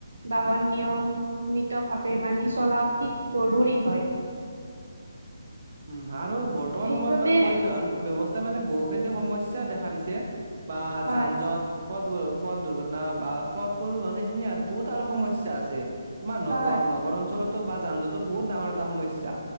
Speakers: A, on the right; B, on the right.
A: বাহন নিয়মমিতভাৱে মানি চলা অতি জৰুৰী হয়।
B: উম আৰু বৰ্তমান
A: সেইবাবে
B: সময়ত মানে পৰিবহন ব্যৱস্থাই মানে বহুখিনিতে সমস্যা দেখা দিছে। বা
A: হয়,
B: যান জঁট। পথ পথ দুৰ্ঘটনা বা পথ পৰিবহণ এইখিনি ইয়াত বহুত আৰু সমস্যা আছে। তোমাৰ নগ
A: হয়, হয়,
B: নগৰ অঞ্চলতো বা যান জঁটৰ বহুত ডাঙৰ এটা সমস্যা।